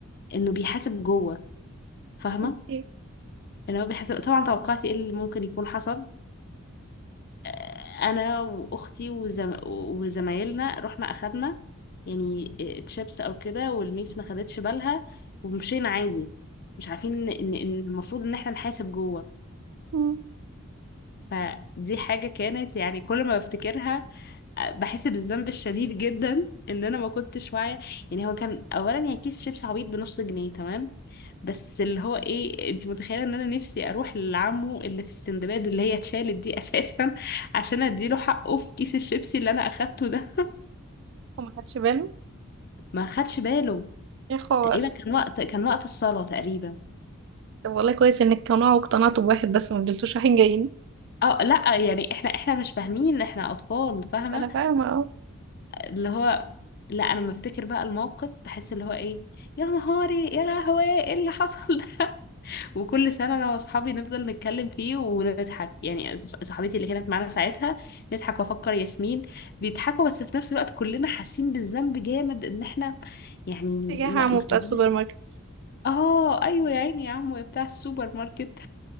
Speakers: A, on the left; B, on the right.
A: انه بيحاسب جوه فاهمة
B: أوكي.
A: اللي هو بيحسب طبعا توقعتي ايه اللي ممكن يكون حصل آه، انا واختي وزم... وزمايلنا رحنا اخدنا يعني آه، تشيبس او كده والميس ما خدتش بالها ومشينا عادي مش عارفين ان إن- إن المفروض ان احنا نحاسب جوه
B: مم.
A: فدي حاجة كانت يعني كل ما بفتكرها بحس بالذنب الشديد جدا ان انا ما كنتش واعيه يعني هو كان اولا يعني كيس شيبس عبيط بنص جنيه تمام بس اللي هو ايه انت متخيله ان انا نفسي اروح لعمه اللي في السندباد اللي هي اتشالت دي <laughs> اساسا عشان اديله حقه في كيس الشيبسي اللي انا اخدته ده
B: وما خدش باله
A: <laughs> ما خدش باله
B: ايه خبر
A: تقريبا كان وقت كان وقت الصلاه تقريبا
B: طب والله كويس انك قناعة واقتنعتوا بواحد بس ما فضلتوش رايحين جايين
A: اه لا يعني احنا احنا مش فاهمين احنا اطفال فاهمه
B: انا فاهمة اه
A: اللي هو لا انا لما افتكر بقى الموقف بحس اللي هو ايه يا نهاري يا لهوي ايه اللي حصل ده وكل سنة أنا وأصحابي نفضل نتكلم فيه ونضحك يعني ص- صاحبتي اللي كانت معانا ساعتها نضحك وأفكر ياسمين بيضحكوا بس في نفس الوقت كلنا حاسين بالذنب جامد إن إحنا يعني
B: اتجاه
A: ما
B: عمو
A: ما
B: بتاع
A: خدناش
B: السوبر ماركت
A: آه أيوة يا عيني يا عمو يا بتاع السوبر ماركت